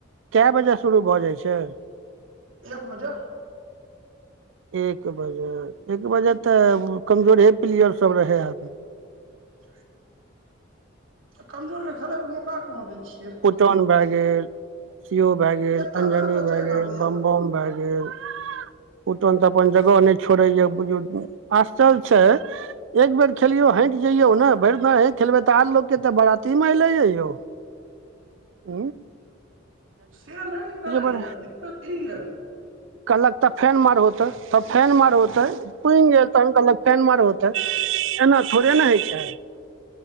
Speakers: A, on the right (about 65°); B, on the right (about 85°).
A: कए बजे शुरू भऽ जाइ छैय।
B: एक बजे।
A: एक बजे- एक बजे तऽ कमजोरहे प्लेयर सब रहे हैत।
B: <inaudible> कमजोरके खेलैके मौका कहाँ दै छियै।
A: टन भए गेल, सीओ भए गेल,
B: एकटा
A: अंजनी
B: वएह टा
A: भए,
B: चलि
A: गेल
B: आबैया
A: बमबम भए गेल। जे उटन तऽ अपन जगह नहि छोड़ै या बुझु आश्चर्य छै। एक बेर खेलियौ हैट जइयौ ने, भरि दिन हे खेलबै तऽ आर लोग केते बारती मे ऐले या यौ, उँ
B: से नहि निकलैय
A: बड़
B: दिक्कत की यै।
A: कहलक तब फेन मारहो हो तै तब फेन मार हो तै। पूइन जे तन कहलक फैन मारो तै, एना थोड़े ने होइ छै।